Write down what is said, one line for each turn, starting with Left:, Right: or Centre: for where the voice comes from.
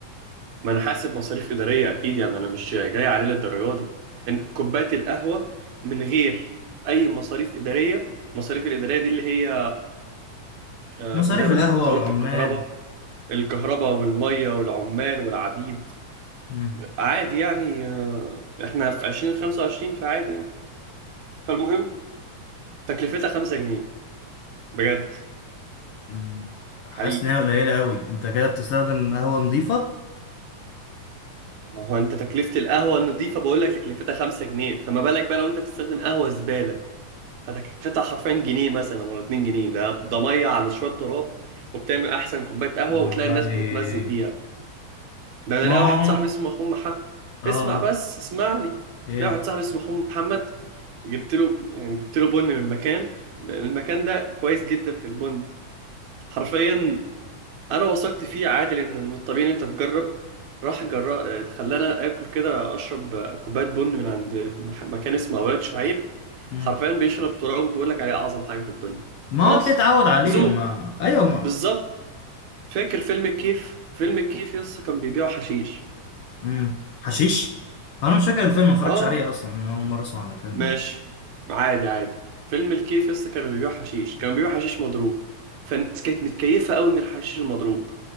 Right: ما انا حاسب مصاريف إدارية اكيد يعني انا مش جاي عليه للدرجة دي إن كوباية القهوة من غير اي مصاريف إدارية مصاريف الإدارية دي اللي هي آه،
Left: مصاريف
Right: زي ما
Left: القهوه
Right: انت قلت
Left: والعمال
Right: الكهرباء الكهرباء والمية والعمال والعبيد
Left: مم.
Right: عادي يعني آه، احنا في عشرين خمسة وعشرين فعادي يعني فالمهم تكلفتها خمسة جنيه بجد
Left: مم. حاسس
Right: حقيقي
Left: انها قليله قوي انت كده بتستخدم قهوه نظيفه
Right: ما هو انت تكلفة القهوة النظيفة بقول لك تكلفتها خمسة جنيه فما بالك بقى لو انت بتستخدم قهوة زبالة هتكلفتها حرفيا جنيه مثلا ولا اتنين جنيه ده ده مية على شوية تراب وبتعمل أحسن كوباية قهوة
Left: والله
Right: وتلاقي الناس بتتمزج بيها ده أنا
Left: ما
Right: لاقي
Left: هو
Right: واحد صاحبي اسمه أخوه محمد
Left: اه
Right: اسمع
Left: آه،
Right: بس اسمعني
Left: ايه
Right: لاقي واحد صاحبي اسمه أخوه محمد جبت له يعني جبت له بن من مكان لأن المكان ده كويس جدا في البن حرفيا انا وثقت فيه عادل ان من الطبيعي ان انت تجرب راح جرب خلانا اكل كده اشرب كوبايه بن من عند مح- مكان اسمه اولاد شعيب
Left: مم.
Right: حرفيا بيشرب تراب بيقول لك عليه اعظم حاجه في الدنيا
Left: ما
Right: خلاص
Left: هو اللي اتعود عليه
Right: ذوق
Left: ما ايوه ما
Right: بالظبط فاكر فيلم الكيف فيلم الكيف يس كان بيبيعوا حشيش
Left: مم. حشيش انا مش فاكر الفيلم ما اتفرجتش
Right: اه
Left: عليه اصلا انا اول مره اسمع عن الفيلم
Right: ماشي عادي عادي فيلم الكيف لسه كانوا بيبيعوا حشيش كانوا بيبيعوا حشيش مضروب فالناس كانت متكيفة قوي من الحشيش المضروب